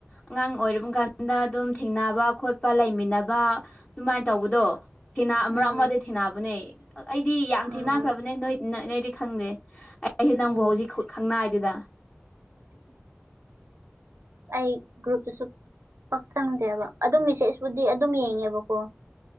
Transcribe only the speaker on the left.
ꯑꯉꯥꯡ ꯑꯣꯏꯔꯤꯀꯥꯟꯗ ꯑꯗꯨꯝ ꯊꯦꯡꯅꯕ ꯈꯣꯠꯄ ꯂꯩꯃꯤꯟꯅꯕ ꯑꯗꯨꯃꯥꯏꯅ ꯇꯧꯕꯗꯨ ꯃꯔꯛ
ꯃꯔꯛꯗ ꯊꯦꯡꯅꯕꯅꯦ ꯑꯩꯗꯤ ꯌꯥꯝ
ꯊꯦꯡꯅꯈ꯭ꯔꯕꯅꯦ ꯅꯣꯏ ꯅꯣꯏꯗꯤ ꯈꯪꯗꯦ ꯑꯩꯁꯨ ꯅꯪꯕꯨ
ꯍꯧꯖꯤꯛ ꯈꯪꯅꯥꯏꯗꯨꯗ